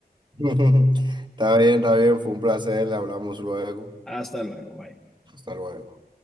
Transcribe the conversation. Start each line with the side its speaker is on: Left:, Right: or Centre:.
Right: <laughs> Está bien, está bien, fue un placer, le hablamos luego.
Centre: <laughs> Hasta luego, bye.
Right: Hasta luego.